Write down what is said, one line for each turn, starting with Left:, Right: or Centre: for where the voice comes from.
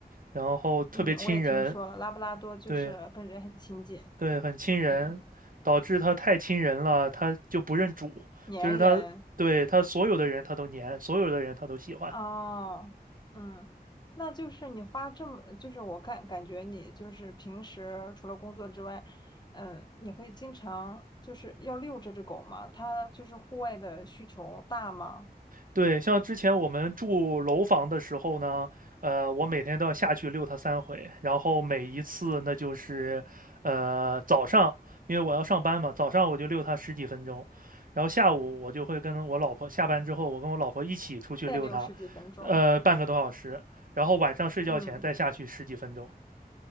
Right: 然后特别亲人，
Left: 嗯，我也听说了，拉布拉多就是跟人很亲近，
Right: 对对，很亲人，
Left: 嗯，
Right: 导致他太亲人了，他就不认主，
Left: 粘人。
Right: 就是他对他所有的人他都黏，所有的人他都喜欢，
Left: 哦，嗯，那就是你花这么，就是我看感觉你就是平时除了工作之外，嗯，你会经常就是要遛这只狗吗？它就是户外的需求大吗？
Right: 对，像之前我们住楼房的时候呢，呃，我每天都要下去遛它三回，然后每一次那就是，呃，早上因为我要上班嘛，早上我就遛它十几分钟，然后下午我就会跟我老婆下班之后，我跟我老婆一起出去遛它，
Left: 再遛十几分钟，
Right: 呃，半个多小时，然后晚上睡觉前再下去十几分钟。
Left: 嗯，